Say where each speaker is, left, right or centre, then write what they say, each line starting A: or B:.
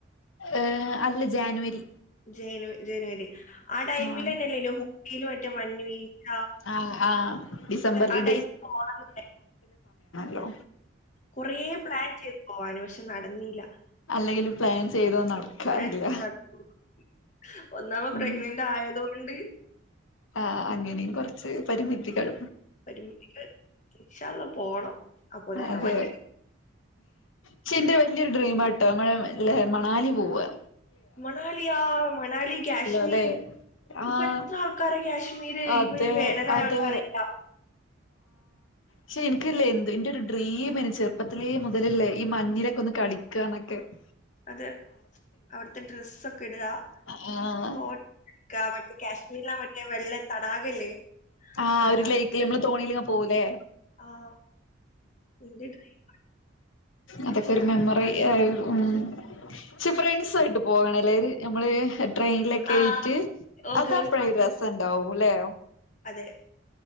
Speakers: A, on the left (about 75°); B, on the left (about 35°).
A: ഏ അല്ല ജാൻവരി
B: ജേനുവ ജനുവരി ആ ടൈമിലെന്നെ
A: ആഹ്
B: ല്ലേനോ ഊട്ടില് മറ്റെ മഞ്ഞ് വീഴ്ച
A: ആഹ് ആഹ് ഡിസംബറിൽ
B: ആഹ് ടൈമില് പോണ <unintelligible>
A: ലോ
B: കൊറേ പ്ലാൻ ചെയ്തു പോവാന് പക്ഷെ നടന്നില്ല
A: അല്ലെങ്കിലും പ്ലാൻ ചെയ്തോ നടക്കാറില്ല
B: പ്ലാൻ <unintelligible> ഒന്നാമ
A: ഉം
B: പ്രഗ്നൻ്റ് ആയതു ണ്ട്
A: ആ അങ്ങനെയും കുറച്ച് പരിമിതികൾ
B: പരിമിതികൾ ഇൻഷാള്ള പോണം അപ്പോത്തിനൊക്കെ
A: അതെ
B: മഞ്ഞ്
A: ക്ഷെ ന്റെ വല്യൊരു ഡ്രീം ആ <unintelligible> മണാലി പോവ
B: മണാലിയാ മണാലി കാശ്മീർ
A: അല്ലെ ആഹ്
B: പ്പൊ ത്ര ആൾക്കാര് കാശ്മീര്
A: അതെ
B: പ്പയി വേനലായോണ്ടാ
A: അതെ
B: റിയില്ല
A: ക്ഷെ ൻക്കില്ലേനു എന്റെയെര് ഒരു ഡ്രീം ചെറുപ്പത്തിലേ മുതല്ള്ളേ ഈ മഞ്ഞിലൊക്കെ ഒന്ന് കളി <unintelligible>
B: അതെ അവടുത്തെ ഡ്രെസ്സ് ഒക്കെ ഇടുക
A: ആഹ്
B: ഫോട്ടോ എടുക്ക്യാ മറ്റേ കാശ്മീരിലാ മറ്റേ വെള്ളാ തടാകല്ലേ
A: ആ
B: തടാക
A: ഒര് ലൈക്ക്ല് നമ്മള് തോണിലിങ്ങ് പോവുലേ
B: ആഹ് എന്റെ ഡ്രീം
A: അതൊക്കെ
B: ഇൻഷാ
A: ഒര്
B: അല്ലാഹ്
A: മെമ്മറി
B: നടക്കും.
A: യെ ഉം ശെ ഫ്രണ്ട്സായിട്ടു പോകണെ ല്ലര് നമ്മളെ ട്രെയിനിലൊക്കെ
B: ആഹ്
A: യെഴട്ട്
B: ഓ
A: അതെ
B: ഗേൾസ്
A: അപഴായെ
B: ഓൺ ട്രിപ്പ്
A: രസംണ്ടാവൂല്ലെ
B: അതെ